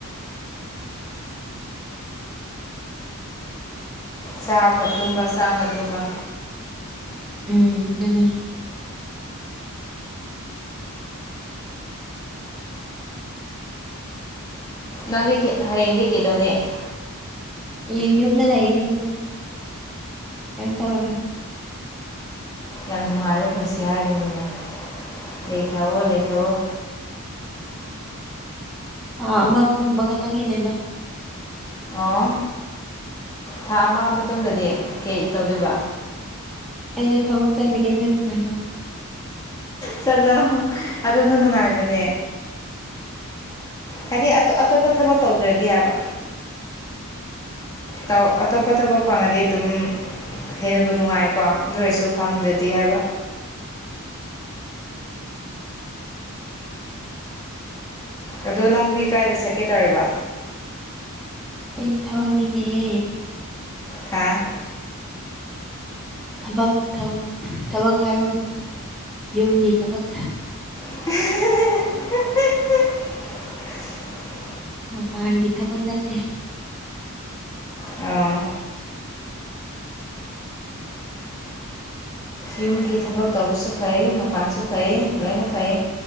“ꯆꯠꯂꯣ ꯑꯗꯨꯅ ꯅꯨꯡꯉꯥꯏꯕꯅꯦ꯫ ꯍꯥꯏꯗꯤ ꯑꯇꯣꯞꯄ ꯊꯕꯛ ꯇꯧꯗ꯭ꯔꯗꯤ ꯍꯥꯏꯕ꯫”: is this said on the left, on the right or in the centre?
Left